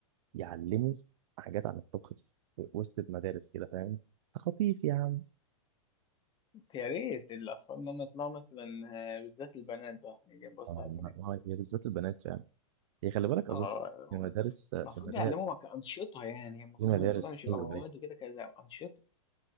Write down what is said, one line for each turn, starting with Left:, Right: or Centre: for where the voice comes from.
Right: يعلموا حاجات عن الطبخ في وسط المدارس كده فاهم خطيف يا عم
Left: يا ريت الاطفال انهم يطلعوا مثلا آه، بالذات البنات بقى نيجي نبص
Right: اه
Left: على البنات
Right: ما- ما هي بالذات البنات فعلا هي خلي بالك اظن
Left: اه
Right: في مدارس
Left: المفروض
Right: في مدارس
Left: يعلموا مك- انشطه يعني المفروض
Right: في مدارس
Left: إن الموضوع مش يبقى
Right: ايوه
Left: مواد
Right: ايوه
Left: وكده كذا انشطه